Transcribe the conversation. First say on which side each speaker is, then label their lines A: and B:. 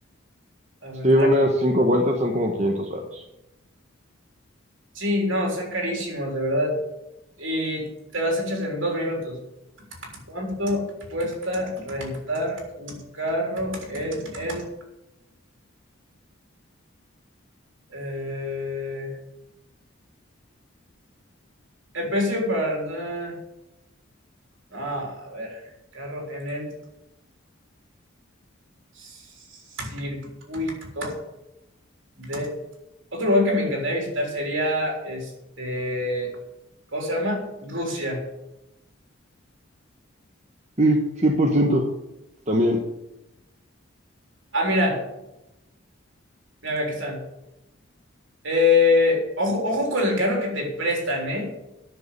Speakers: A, on the right; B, on the right.
A: A ver,
B: Sí, unas
A: traje.
B: cinco vueltas son como 500 varos.
A: Sí, no, son carísimos, de verdad. Y te las echas en dos minutos. ¿Cuánto cuesta rentar un carro en el... eh, el precio para... Ah, a ver, carro en el circuito de Otro lugar que me encantaría visitar sería, este, ¿cómo se llama? Rusia.
B: Sí, 100%. También,
A: Ah, mira, mira, mira, aquí están. Eh, ojo, ojo con el carro que te prestan, ¿eh?